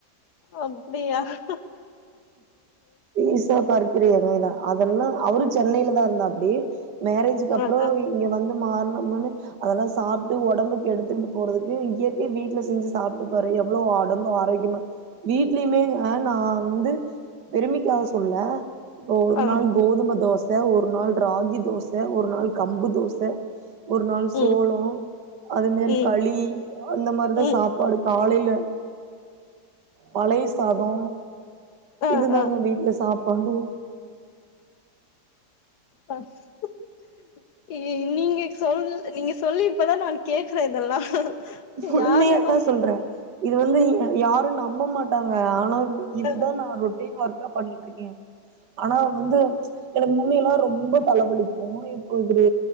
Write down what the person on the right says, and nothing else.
இச பற் <unintelligible> அதெல்லாம் அவரும் சென்னையில தான் இருந்தாப்புடி மேரேஜக்கு
அப்பறோ
இங்க வந்து மாறணும்னு அதெல்லாம் சாப்பிட்டு உடம்புக்கு கெடுத்துண்டு போறதுக்கு இயற்கை வீட்டுல செஞ்சு சாப்பிட்டு பாரு எவ்வளவு உடம்பு ஆரோக்கியமா வீட்லயுமே வேணா வந்து பெருமிக்காக சொல்ல ஓர்
நாள் கோதுமதோச <unintelligible> ஒரு நாள் ராகி தோச ஒரு நாள் கம்பு தோச ஒரு நாள்
சோளொ அது மாரி
களி அந்த மாரிதான்
சாப்பாடு காலை ப பழைய சாதொ
இதுதாங்க
வீட்டுல சாப் பட
உண்மையா
தான்
சொல்றேன் இது வந்து யாரும் நம்ப மாட் ட்டாங்க ஆனா இதுதான்
நான் ரொட்டீன் ஒர்க் பண்ணிட்டு இருக்கே ஆனா வந்து எனக் முன்ன எல்லாம் ரொம்ப தலைவலிக்கும் இப்ப இ